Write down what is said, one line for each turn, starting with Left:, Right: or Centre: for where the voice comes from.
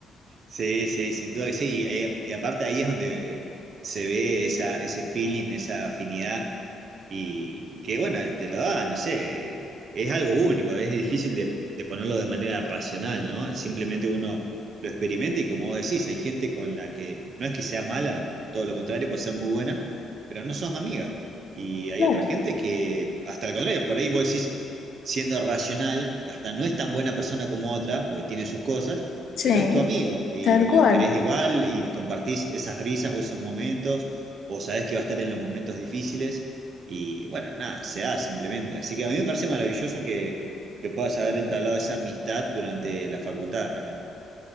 Right: Sí, sí, sin duda que sí. Y, eh, y aparte ahí es donde se ve esa, ese feeling, esa afinidad, y que bueno, te lo da, no sé, es algo único, es difícil de, de ponerlo de manera racional, ¿no? Simplemente uno lo experimenta y como vos decís, hay gente con la que no es que sea mala, todo lo contrario, puede ser muy buena, pero no sos amiga. Y hay
Left: Claro,
Right: otra gente que, hasta el contrario, por ahí vos decís, siendo racional, hasta no es tan buena persona como otra, porque tiene sus cosas
Left: sí,
Right: pero es tu amigo y
Left: tal cual.
Right: lo querés igual y compartís esas risas o esos momentos, o sabés que va a estar en los momentos difíciles y bueno, nada, se da simplemente. Así que a mí me parece maravilloso que, que puedas haber entablado esa amistad durante la facultad realmente.